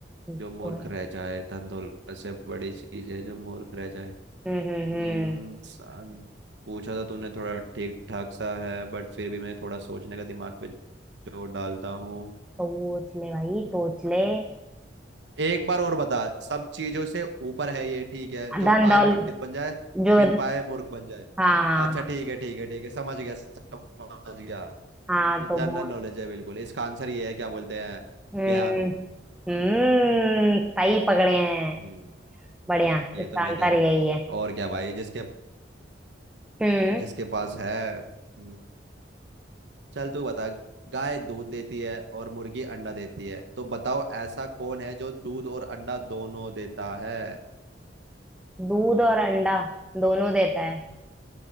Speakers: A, in the centre; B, on the right.
A: हम्म,
B: जो मूर्ख
A: तो है
B: रह जाए धन दौलत से बड़ी चीज है जो मूर्ख रह जाए
A: हम्म
B: हम्म,
A: हम्म हम्म
B: सान- पूछा तो तूने थोड़ा ठीक ठाक सा है बट फिर भी मैं थोड़ा सोचने का दिमाग पे जोर डालता हूँ
A: सोच ले भाई सोच ले
B: एक बार और बता सब चीजों से ऊपर है ये ठीक है जो
A: धन
B: पाए
A: दौलत
B: पंडित बन जाए
A: जो
B: बिन पाए मूर्ख बन जाए
A: हाँ हाँ
B: अच्छा ठीक है ठीक है ठीक है समझ गया समझ गया
A: हाँ
B: जनरल
A: तो बोल
B: नॉलेज है बिल्कुल इसका आंसर ये है क्या बोलते हैं
A: हम्म
B: ज्ञान
A: हम्म सही पकड़े हैं
B: हम्म
A: बढ़िया
B: ये
A: इसका
B: तो मैंने
A: आंसर यही है
B: और क्या भाई जिसके
A: हम्म
B: जिसके पास है हम्म, चल तू बता गाय दूध देती है और मुर्गी अंडा देती है तो बताओ ऐसा कौन है जो दूध और अंडा दोनों देता है
A: दूध और अंडा दोनों देता है